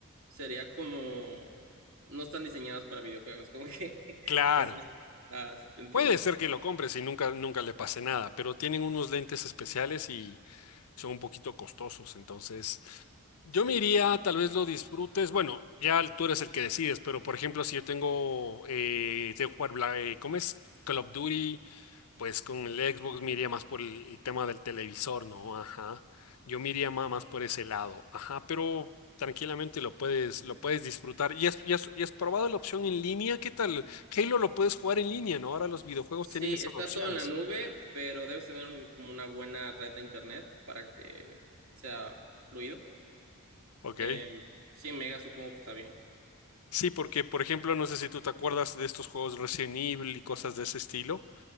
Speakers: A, on the right; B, on the left.
A: sería como no están diseñadas para videojuegos, como que <laughs>
B: Claro,
A: las... Ah, te entiendo.
B: Puede ser que lo compres y nunca, nunca le pase nada, pero tienen unos lentes especiales y son un poquito costosos. Entonces, yo
A: Sí.
B: me iría, tal vez lo disfrutes. Bueno, ya tú eres el que decides, pero por ejemplo, si yo tengo, eh, tengo que jugar, Bla- eh, ¿cómo es? Call of Duty pues con el Xbox me iría más por el, el tema del televisor, ¿no? Ajá. Yo me iría ma- más, por ese lado. Ajá, pero tranquilamente lo puedes, lo puedes disfrutar. ¿Y has, y has- y has probado la opción en línea? ¿Qué tal? Halo lo puedes jugar en línea, ¿no? Ahora los videojuegos
A: Sí,
B: tienen esas
A: está
B: opciones.
A: todo en la nube, pero debes tener un- como una buena red de internet para que sea fluido.
B: Ok.
A: Em, 100 megas supongo que está bien.
B: Sí, porque, por ejemplo, no sé si tú te acuerdas de estos juegos Resident Evil y cosas de ese estilo.